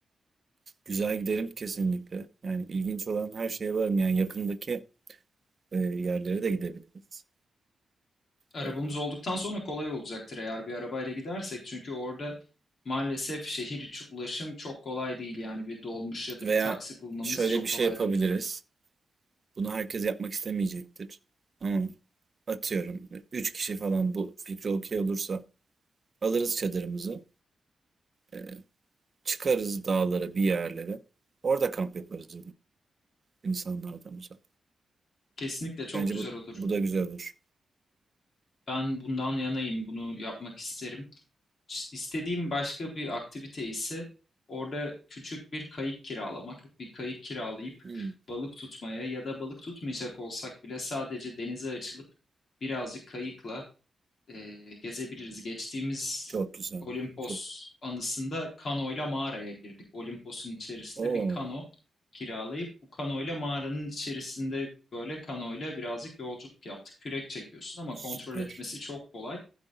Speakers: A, on the right; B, on the left.
A: Güzel giderim kesinlikle. Yani ilginç olan her şeye varım. Yani yakındaki, eee, yerlere de gidebiliriz.
B: Arabamız
A: Eee,
B: olduktan sonra kolay olacaktır eğer bir arabayla gidersek çünkü orada maalesef şehir içi ulaşım çok kolay değil yani bir dolmuş ya da
A: veya
B: bir taksi bulmamız
A: şöyle
B: çok
A: bir
B: kolay
A: şey yapabiliriz.
B: değil.
A: Bunu herkes yapmak istemeyecektir. Ama atıyorum 3 kişi falan bu fikre okey olursa alırız çadırımızı. eee, çıkarız dağlara bir yerlere. Orada kamp yaparız insanlardan uzak.
B: Kesinlikle çok
A: Bence
B: güzel
A: bu
B: olur.
A: bu da güzel olur.
B: Ben bundan yanayım, bunu yapmak isterim. İşte, İstediğim başka bir aktivite ise orada küçük bir kayık kiralamak, bir kayık kiralayıp
A: Hmm,
B: balık tutmaya ya da balık tutmayacak olsak bile sadece denize açılıp birazcık kayıkla e, gezebiliriz. Geçtiğimiz
A: çok güzel.
B: Olimpos
A: Çok
B: anısında kanoyla mağaraya girdik. Olimpos'un içerisinde
A: Oo,
B: bir kano kiralayıp bu kanoyla mağaranın içerisinde böyle kanoyla birazcık yolculuk yaptık. Kürek çekiyorsun ama kontrol
A: süper.
B: etmesi çok kolay